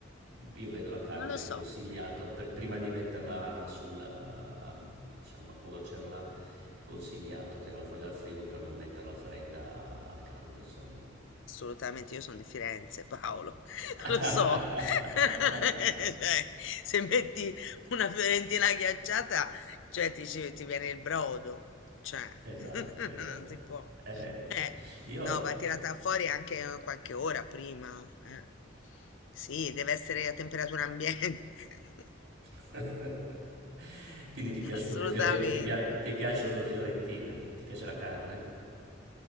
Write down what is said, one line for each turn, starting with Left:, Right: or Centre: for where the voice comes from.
Right: io vedo la carne
Left: Non lo so.
Right: consigliata, pr- prima di metterla sulla, diciamo, a cuocerla, è consigliato tirarla fuori dal frigo per non metterla fredda al caldo, insomma.
Left: Assolutamente, io sono di Firenze, Paolo,
Right: <laughs>
Left: <laughs> lo so. <laughs> Cioè, se metti una fiorentina ghiacciata, cioè ti, ci- ti viene il brodo, cioè,
Right: Esatto,
Left: <laughs>
Right: esatto.
Left: non si può.
Right: Eh,
Left: Eh,
Right: io...
Left: no, va tirata fuori anche eh, qualche ora prima. eh. Sì, deve essere a temperatura ambiente, <laughs>
Right: <laughs> Quindi ti piacciono
Left: assolutamente.
Right: le fiore- ti pia- ti piacciono le fiorentine? Ti piace la carne?